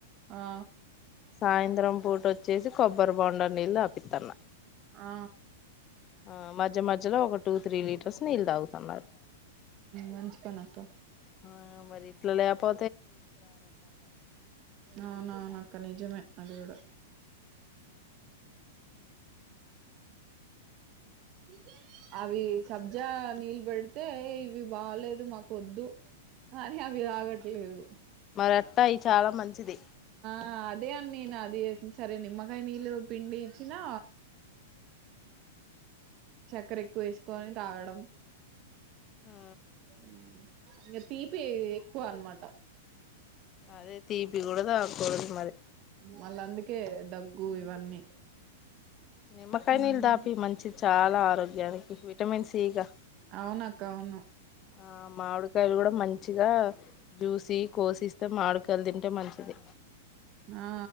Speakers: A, on the right; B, on the left.
A: ఆ
B: సాయంత్రం పూట వొచ్చేసి కొబ్బరి బొండ నీళ్ళు తాపీత్తన్న.
A: ఆ
B: ఆ మజ్య మజ్యలో ఒక టూ త్రీ లీటర్స్ నీళ్ళు తాగతన్నారు.
A: మంచి పనక్కా
B: ఆ మరి ఇట్లా ల్యాపో
A: అవునవునాక్క నిజ్ నిజమే అది కూడా <inaudible> అవి సబ్జా నీళ్ళు పెడితే ఇవి బాలేదు మాకు వొద్దు అని అవి ఆగట్లేదు
B: రత్తాయి చాలా మంచిది
A: ఆ అదే అని నేను అది సరే నిమ్మకాయ నీళ్ళు పిండి ఇచ్చినా చక్కెర ఎక్కువ వేసుకొని తాగడం
B: ఆ
A: ఉ ఇంగా తీపి ఎక్కువ అనమాట
B: అదే తీపి కూడా తాకూడదు మరి
A: మళ్ళా అందుకే దగ్గు ఇవన్నీ
B: నిమ్మకాయ
A: ఉమ్
B: నీళ్ళు దాపి మంచిది చాలా ఆరోగ్యానికి విటమిన్ సిగా.
A: అవునక్క అవును
B: ఆ మామిడికాయలు కూడా మంచిగా జూసి కోసిస్తే మామిడికాయలు తింటే మంచిది.
A: ఆ